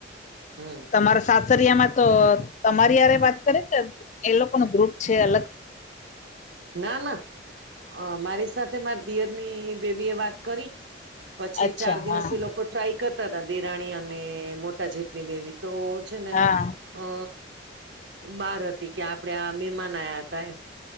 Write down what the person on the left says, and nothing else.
તમારા સાસરિયામાં તો તમારી આરે વાત કરે, એ લોકો નું ગ્રુપ છે અલગ.
અચ્છા
હા
હા